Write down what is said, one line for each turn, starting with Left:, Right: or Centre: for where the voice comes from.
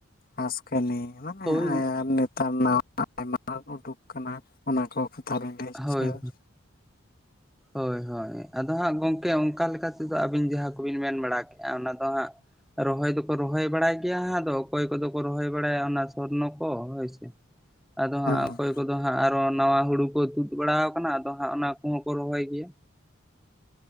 Left: ᱦᱟᱥᱠᱮᱱᱤ ᱦᱟᱸ <unintelligible>
Centre: ᱦᱳᱭ
Left: ᱱᱮᱛᱟᱨ ᱱᱟ ᱟᱭᱢᱟ ᱩᱰᱩᱠ ᱠᱟᱱᱟ ᱚᱱᱟ ᱠᱚ ᱛᱟᱞ <unintelligible>
Centre: ᱦᱳᱭ ᱦᱳᱭ ᱦᱳᱭ ᱟᱫᱚ ᱦᱟᱸᱜ ᱜᱚᱢᱠᱮ ᱚᱱᱠᱟ ᱞᱮᱠᱟ ᱛᱮᱫᱚ ᱟᱹᱵᱤᱱ ᱡᱟᱦᱟᱸ ᱠᱚᱵᱤᱱ ᱢᱮᱱ ᱵᱟᱲᱟ ᱠᱮᱫᱼᱟ ᱚᱱᱟ ᱫᱚ ᱦᱟᱸᱜ ᱨᱚᱦᱚᱭ ᱫᱚᱠᱚ ᱨᱚᱦᱚᱭ ᱵᱟᱲᱟᱭ ᱜᱮᱭᱟ ᱦᱟᱸᱜ ᱟᱫᱚ ᱚᱠᱚᱭ ᱠᱚᱫᱚ ᱠᱚ ᱨᱚᱦᱚᱭ ᱵᱟᱲᱟᱭᱟ ᱚᱱᱟ ᱥᱚᱨᱱᱚ ᱠᱚ ᱦᱳᱭᱥᱮ ᱟᱫᱚ
Left: ᱦᱚᱪᱚᱭᱮᱫᱟ
Centre: ᱦᱟᱸᱜ ᱚᱠᱚᱭ ᱠᱚᱫᱚ ᱦᱟᱸᱜ ᱟᱨᱚ ᱱᱟᱣᱟ ᱦᱩᱲᱩ ᱠᱚ ᱛᱩᱫ ᱵᱟᱲᱟᱣ ᱠᱟᱱᱟ ᱟᱫᱚ ᱦᱟᱸᱜ ᱚᱱᱟ ᱠᱚᱸᱦᱚᱸ ᱠᱚ ᱨᱚᱦᱚᱭ ᱜᱮᱭᱟ